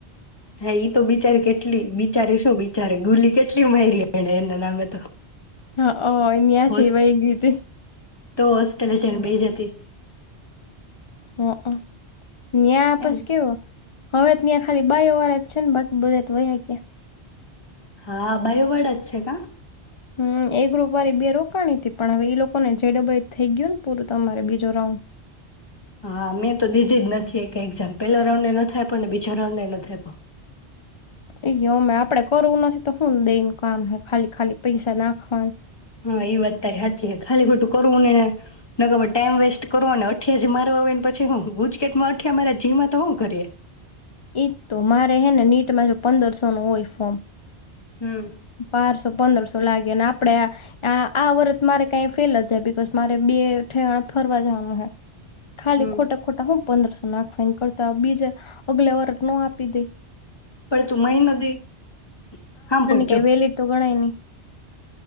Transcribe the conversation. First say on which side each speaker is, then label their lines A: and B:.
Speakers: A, on the left; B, on the left.
A: હા ઈ તો બિચારી કેટલી બિચારે શું બિચારે ગુલી કેટલી મારીરી એને એના નામે તો
B: હાન્યાંથી
A: હોસ
B: વય ગીતે
A: તો હોસ્ટેલે જણ બે જ હતી
B: હા ગયા આપસ
A: એમ
B: કેવ હવે ત્યાં ખાલી બાય વાળ જ છે ને બાકી બધા વયા ક્યાં
A: હા બાય વડ જ છે કા
B: હમ એ ઞૂપૅ વાળરી બે રોકાણી હતી પણ હવે ઈ લોકોને જે <unintelligible> થઈ ગયું ને પૂરું તમારે બીજો રાઉન્ડ
A: હા મેં તો દીધી જ નથી કે એક્ઝામ પેલા રાઉન્ડ એ નથી આપ્યો ને બીજો રાઉન્ડ એ નથી આપ્યો
B: એ અમે આપડે કરવું નથી તો શું દઈને કામ ખાલી ખાલી પૈસા નાખવાનું
A: હા એ વાત તારી હાચી ખાલી ખોટું કરવું નહીં ને ન કમે ટાઈમ વેસ્ટ કરવોનેટ અઠિયા જ મારો આવેવે ને પછી હું ગુજકેટમાં અઠિયા મારા જીમાં તો શું કરીએે
B: એજ તો મારે હેને નીટમાં જો પંદરસો નું હોય ફોર્મ
A: હમ
B: બારસો પંદરસો લાગે આપડે આ આ વર્ત મારે કઈ ફેલ જ જાય બકોઝ મારે બે ઠેવાણ ફરવા જવાનું હ ખાલી
A: હમ
B: ખોટા ખોટા હું પંદરસો નાખ કરતા બીજે અગલે ઓર ન આપી દે
A: પણ તું મહી નથી દ હા પડ
B: કે વેલીટ ગણાય નહી